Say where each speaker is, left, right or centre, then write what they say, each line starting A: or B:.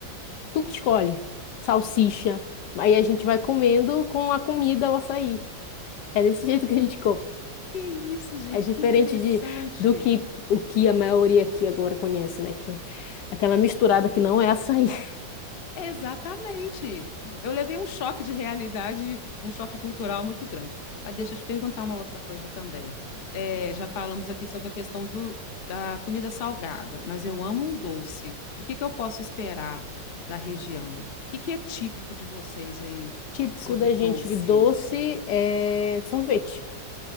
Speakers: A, on the left (about 70°); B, on the left (about 60°).
A: Tu que escolhe. Salsicha. Aí a gente vai comendo com a comida o açaí. É desse <laughs> jeito que a gente come.
B: Que isso, gente,
A: É diferente
B: que interessante.
A: de, do que o que a maioria aqui agora conhece, né? Que é aquela misturada que não é açaí. <laughs>
B: Exatamente. Eu levei um choque de realidade, um choque cultural muito grande. Mas deixa eu te perguntar uma outra coisa também. É, já falamos aqui sobre a questão do, da comida salgada, mas eu amo um doce. O que que eu posso esperar da região? O que que é típico de vocês aí
A: Típico
B: sobre
A: da
B: doce?
A: gente doce é sorvete,